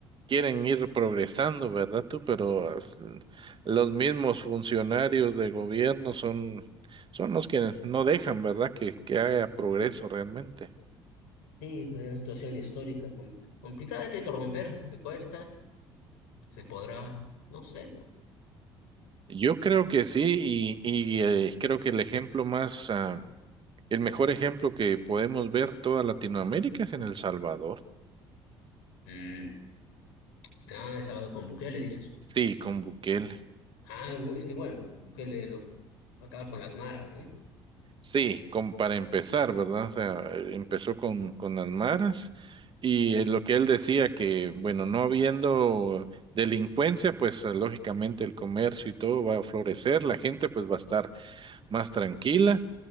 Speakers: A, on the right; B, on the left.
A: quieren ir progresando, ¿verdad tú? Pero eh, los mismos funcionarios de gobierno son, son los que no dejan, ¿verdad? Que, que haya progreso realmente.
B: Sí, pues es una situación histórica com- complicada que hay que romper, que cuesta, se podrá, no sé, pues.
A: Yo creo que sí, y, y eh, creo que el ejemplo más... ah, El mejor ejemplo que podemos ver toda Latinoamérica es en El Salvador.
B: Mm. Ah, has hablado con Bukele, dices.
A: Sí, con Bukele.
B: Ah, es que bueno, Bukele lo va a acabar con las maras, ¿no?
A: Sí, con, para empezar, ¿verdad? O sea, empezó con, con las maras y
B: Ujú.
A: eh, lo que él decía que, bueno, no habiendo delincuencia, pues eh, lógicamente el comercio y todo va a florecer, la gente pues va a estar más tranquila